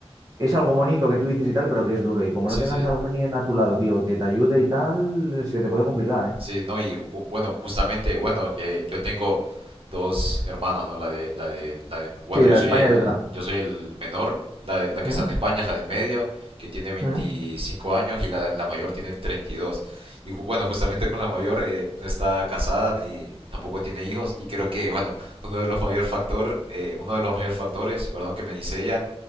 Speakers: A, on the right; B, on the right.
A: es algo bonito que tú dices y tal, pero que es duro. Y como
B: sí,
A: no tengas
B: sí.
A: a alguien a tu lado, tío, que te ayude y tal, se te puede complicar, ¿eh?
B: Sí, no, y u- bueno, justamente, bueno, eh, yo tengo dos hermanas, ¿no? La de, la de, la de- bueno,
A: Sí, la
B: yo soy
A: de España
B: el,
A: y otra.
B: yo soy el menor, la, de- la que
A: ¿Mm?
B: está en España es la de en medio, que tiene 25
A: ¿Mm?
B: años y la, la mayor tiene 32. Y dos. Y ju- bueno, justamente con la mayor eh, no está casada ni tampoco tiene hijos y creo que, bueno, uno de los mayor factor, eh, uno de los mayor factores, perdón, que me dice ella